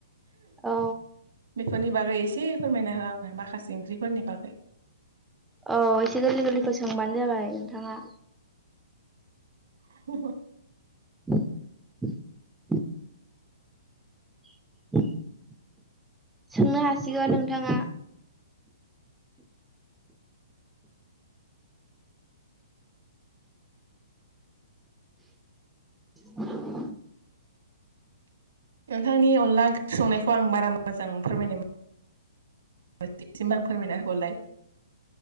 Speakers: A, in the centre; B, on the right.
A: औ
B: बेफोरनि बागै एसे फोरमायना हो आंनो माखासे ओंख्रिफोरनि बागै
A: औ एसे गोरलै गोरलैखौ सोंबानो जाबाय। नोंथाङा।
B: <unintelligible>
A: <unintelligible> <unintelligible> सोंनो हासिगोन नोंथाङा। <unintelligible>
B: नोंथांनि अनला ओंख्रि संनायखौ आं बारा मोजां फोरमायनो सिमबो <unintelligible> आं फोरमायना होबावलाय।